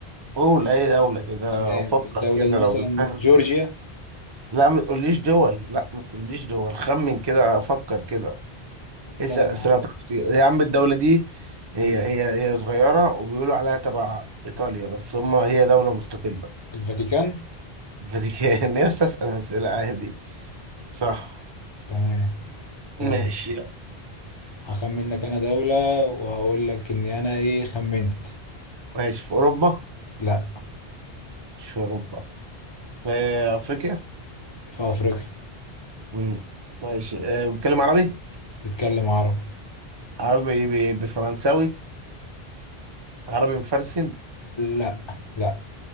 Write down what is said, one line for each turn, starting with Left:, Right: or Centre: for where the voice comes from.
Right: قول أي دولة كده
Left: تمام
Right: وفكر
Left: الدولة
Right: كده
Left: دي مثلا
Right: لو جبتها
Left: جورجيا
Right: لا ما تقوليش دول لا ما تقوليش دول خمن كده فكر كده اسأل
Left: لا ما
Right: أسئلة تعرف تجيب- يا عم الدولة دي هي
Left: مم.
Right: هي هي صغيرة وبيقولوا عليها تبع إيطاليا بس هم هي دولة مستقلة
Left: الفاتيكان
Right: الفاتيكان <laughs> يا أستاذ أسأل أسئلة عادي صح
Left: تمام طيب
Right: ماشي يلا.
Left: هخمن لك انا دولة وهقول لك اني انا ايه خمنت
Right: ماشي في أوروبا
Left: لا
Right: مش في أوروبا في أفريقيا
Left: في افريقيا
Right: مم. ماشي أه بتكلم عربي
Left: تتكلم عربي
Right: عربي ب- بفرنساوي عربي مفرسن
Left: لا لا